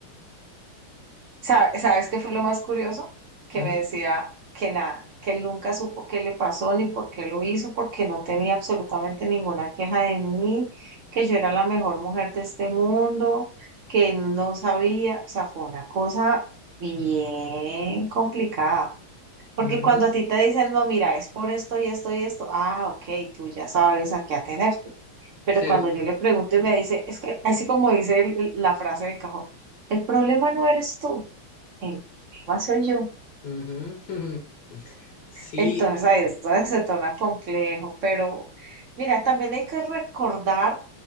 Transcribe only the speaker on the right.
Sa- ¿Sabes qué fue lo más curioso? Que
me decía que nada, que él nunca supo qué le pasó ni por qué lo hizo, porque no tenía absolutamente ninguna queja de mí, que yo era la mejor mujer de este mundo, que él no sabía, o sea, fue una cosa bien complicada. Porque
cuando a ti te dicen, no, mira, es por esto y esto y esto, ah, ok, tú ya sabes a qué atenerte. Pero
cuando
yo le pregunto y me dice, es que así como dice el- el- la frase de cajón, el problema no eres tú. El problema soy yo.
Entonces ahí es donde se torna complejo, pero mira, también hay que recordar